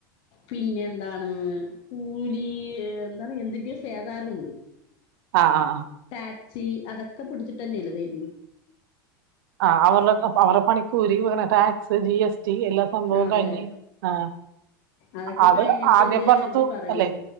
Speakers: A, on the left (about 55°); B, on the right (about 70°).
A: പിന്നെ എന്താണ് കൂലി എന്താണ് എന്തിന്റെ ഓഹ് സേതാരുണ്ട്
B: ആ ആ
A: ടാക്സി അതൊക്കെ പിടിച്ച്ട്ടന്ന്യല്ലേ തെര്ന്
B: ആ അവര്ടെക്കെ അവര്ടെ പണിക്കൂലി വേറെ ടാക്സ് ജി എസ് ഈ എല്ലാ സംഭവോം
A: അതെ
B: കഴിഞ്ഞ് ആ
A: അതൊക്കെ
B: അത്
A: കഴിഞ്ഞിട്ടല്ലേ
B: ആദ്യം പറഞ്ഞ
A: അവര്
B: തു
A: പറയണത്
B: അല്ലെ